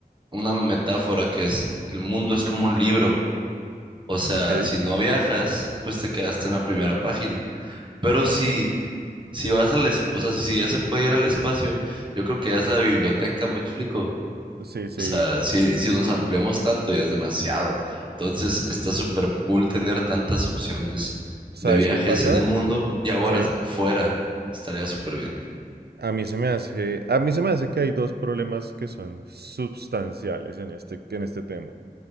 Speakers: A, on the right; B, on the right.
A: una metáfora que es el mundo es como un libro O sea,
B: Ok,
A: si no viajas, pues te quedaste en la primera página. Pero si, si vas al, es- o sea, si, si ya se puede ir al espacio, yo creo que ya es la biblioteca, me explico.
B: sí, sí.
A: O sea, si, si nos ampliamos tanto, ya es demasiado. Entonces, está súper cool tener tantas opciones
B: ¿Sabes
A: de viajes
B: qué pasa?
A: en el mundo y ahora
B: Sí.
A: fuera. Estaría súper bien.
B: A mí se me hace, a mí se me hace que hay dos problemas que son sustanciales en este, en este tema.